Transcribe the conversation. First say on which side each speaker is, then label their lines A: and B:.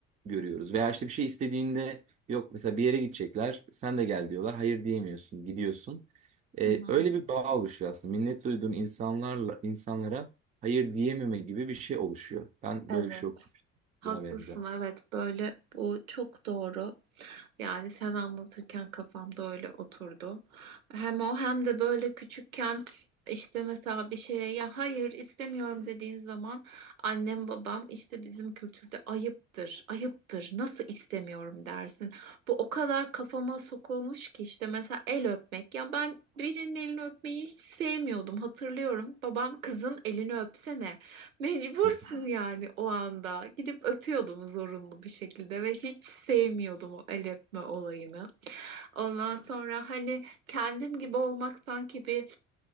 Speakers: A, on the right; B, on the right.
A: görüyoruz. Veya işte bir şey istediğinde yok mesela bir yere gidecekler, sen de gel diyorlar, hayır diyemiyorsun, gidiyorsun. E,
B: hı hı.
A: öyle bir bağ oluşuyor aslında. Minnet duyduğun insanlarla insanlara hayır diyememe gibi bir şey oluşuyor. Ben
B: Evet.
A: böyle bir şey okumuştum
B: Haklısın
A: buna benzer.
B: evet böyle bu çok doğru. Yani sen anlatırken kafamda öyle oturdu. Hem o hem de böyle küçükken işte mesela bir şeye ya hayır istemiyorum dediğin zaman annem babam işte bizim kültürde ayıptır, ayıptır nasıl istemiyorum dersin. Bu o kadar kafama sokulmuş ki işte mesela el öpmek ya ben birinin elini öpmeyi hiç sevmiyordum hatırlıyorum. Babam kızın elini öpsene. Mecbursun
A: Hı,
B: yani o anda. Gidip öpüyordum zorunlu bir şekilde ve hiç sevmiyordum o el öpme olayını. Ondan sonra hani kendim gibi olmak sanki bir